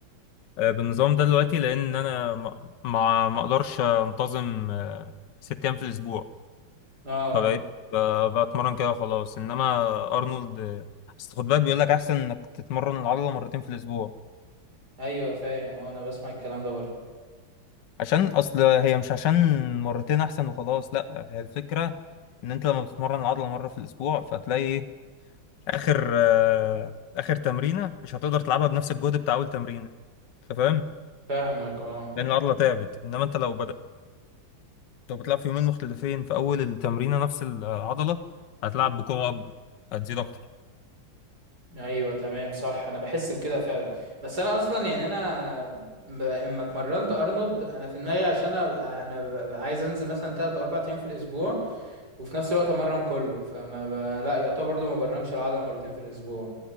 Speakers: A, on the left; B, on the right.
A: آه، بالنظام ده دلوقتي لان انا ما ما ما اقدرش انتظم آه، ست ايام في الاسبوع
B: اه
A: فبقيت ب- بتمرن كده خلاص انما ارنولد آه، اصل خد بالك بيقول لك احسن انك تتمرن العضله مرتين في الاسبوع
B: ايوه فاهم اه انا بسمع الكلام ده برضه
A: عشان اصل هي مش عشان مرتين احسن وخلاص لا هي الفكره ان انت لما بتتمرن العضله مره في الاسبوع فتلاقي ايه اخر آه، اخر تمرينه مش هتقدر تلعبها بنفس الجهد بتاع اول تمرينه انت فاهم
B: فاهمك اه
A: لان العضله تعبت انما انت لو بدأ لو بتلعب في يومين مختلفين في أول التمرينة نفس العضلة هتلعب بقوة أكبر هتزيد أكتر
B: ايوه تمام صح انا بحس بكده فعلا بس انا اصلا يعني انا ب- اما اتمرنت ارنولد انا في دماغي عشان ابقى انا ببقى عايز انزل مثلا 3 او 4 ايام في الاسبوع وفي نفس الوقت امرن كله فما ب... لا يعتبر برضه ما برنش العضله مرتين في الاسبوع